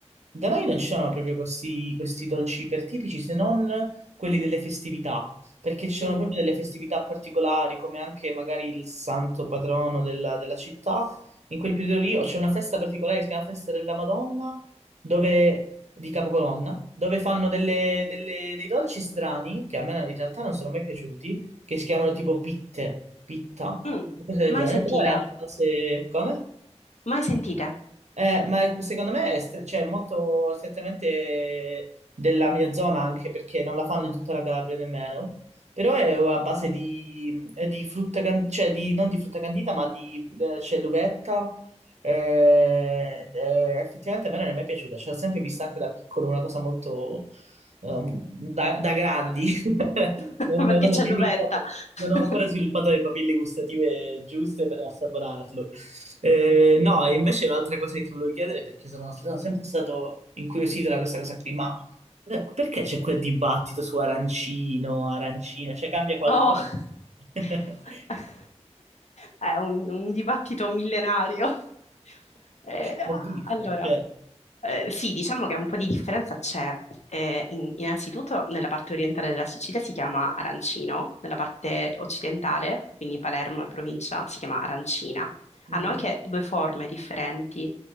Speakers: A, on the right; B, on the left.
A: Da noi non ci sono proprio questi, questi dolci ipertipici se non quelli delle festività, perché ci sono
B: Mm,
A: proprio delle festività particolari, come anche magari il santo patrono della, della città. In quel periodo lì o c'è una festa particolare che si chiama Festa della Madonna, dove, di Capocolonna, dove fanno delle- delle- dei dolci strani, che a me in realtà non sono mai piaciuti, che si chiamano tipo pitte, pitta,
B: mm.
A: cose del
B: Mai
A: genere.
B: sentite?
A: Però è a base... Come?
B: Mai sentite?
A: Eh, ma secondo me è stre- cioè, molto strettamente della mia zona anche perché non la fanno in tutta la Calabria nemmeno, però è a base di, eh, di frutta, can- cioè di, non di frutta candita ma di eh, c'è l'uvetta. Eh, eh, effettivamente a me non è mai piaciuta, cioè, l'ho sempre vista anche da piccolo, una cosa molto ehm, da, da grandi. <laughs>
B: <laughs>
A: Non,
B: Perché
A: non
B: c'è
A: ho sviluppato-
B: l'uvetta.
A: non
B: <laughs>
A: ho ancora sviluppato le papille gustative giuste per assaporarlo. Eh, no, e invece l'altra cosa che ti volevo chiedere, perché sono, sono sempre stato incuriosito da questa cosa qui, ma eh, perché c'è quel dibattito su arancino, arancina? Cioè cambia qualcosa?
B: Oh! <laughs>
A: <laughs>
B: È un, un dibattito millenario. <laughs> Eh, ah.
A: L'ho visto,
B: allora,
A: cioè.
B: Eh, sì, diciamo che un po' di differenza c'è. Eh, in- innanzitutto nella parte orientale della Sicilia si chiama arancino, nella parte occidentale, quindi Palermo e provincia, si chiama arancina.
A: Mhm.
B: Hanno anche due forme differenti.